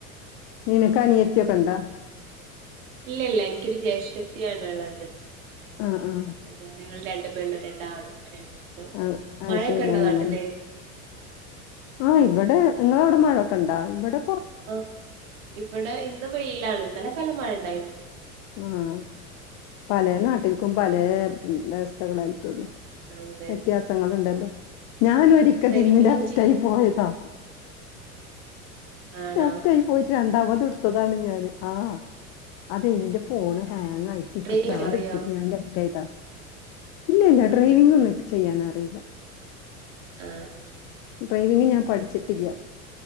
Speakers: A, on the left (about 40°); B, on the right (about 60°).
A: നിനക്കനിയത്യോക്കെ ണ്ടാ
B: ല്ല ല്ല ഇന്ക്കൊരു ജ്യേഷ്ഠത്തിയാണ്ള്ളത്
A: ആഹ് ആഹ്
B: അത് ഞങ്ങൾ രണ്ടുപെണ്ണും രണ്ടാണും <unintelligible> ക്കൾ
A: ആഹ് അത്
B: മഴൊക്കെണ്ടോ
A: ശരി അങ്ങനെ
B: നാട്ട്ല്
A: ആഹ് ഇവടെ ങ്ങളാടെ മഴൊക്കെണ്ടാ വടെ
B: ആ ഇവടെ ഇന്ന് വെയിലാണ് ഇന്നലൊക്കല്ല മഴ ഉണ്ടായിർന്നു
A: ആഹ് പലേ നാട്ടിൽക്കും പലേ വ്യവസ്ഥകളായിട്ടല്ലേ
B: അതെ
A: വ്യത്യാസങ്ങളുണ്ടല്ലോ ഞാനൊരിക്കതിൽന്ന്
B: ഡ്രൈവിംഗ്
A: ലെഫ്
B: ഒക്കെ ചെയ്
A: റ്റായി പോയതാ
B: ആണോ
A: ലെഫ്റ്റായി പോയിറ്റ് ര അവദുട്ത്തതാണ് ഞാൻ ആഹ് അതെ ന്റെ ഫോൺ ഹാ ങ്ങായിറ്റ് ഇക്ക്
B: ഡ്രൈവിംഗ്
A: ഭ്രാന്തുട്ച്ചിട്ട്
B: അറിയോ
A: ഞാൻ ലെഫ്റ്റായതാ ഇല്ല ല്ല
B: ആഹ്
A: ഡ്രൈവിങ്ങൊന്നും ഇക്ക് ചെയ്യാനറില
B: ആഹ്
A: ഡ്രൈവിങ് ഞാൻ പഠിച്ചിട്ടില്ല